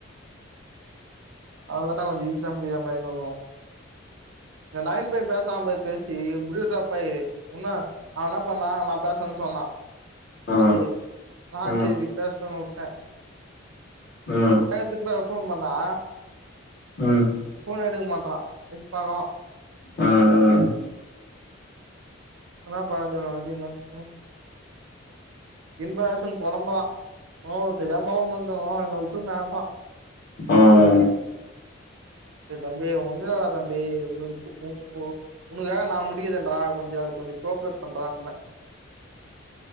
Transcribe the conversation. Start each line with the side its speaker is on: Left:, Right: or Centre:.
Right: அவ்ளதாம்பா கொஞ்ச ஈஸ்சா முடியாம <unintelligible> இந்த நயன் பைய பேசாம் போய் பேசி முடிவெட்றப்பை உன்னு அவ என்ன பண்ணா நா பேசேன் சொன்னா பஸ்ட்
Left: ம்
Right: டே நா
Left: ம்
Right: சேரி பேசஸ்னுன் உட்டே
Left: ம்
Right: ஆயத்துப் பேசோன்ம்மண்ணா
Left: ம்
Right: போன் எடுக்க மாட்றா <inaudible> பாக்கலா
Left: ம்
Right: என்னா பண்ணது இவன வச்சுக்குன்னு ம் இன்பசன் பொழம்பறா ஓ தெரியாம் போவ் பண்ற என்ன உட்ருங்கடா
Left: ம்
Right: டே தம்பி ஒன்னு இல்லடா தம்பி உ உ உனக்காக நான முடிக்கதண்டா கொச அதுக் கொஞ்ச கோப்ரட் பண்றான்றே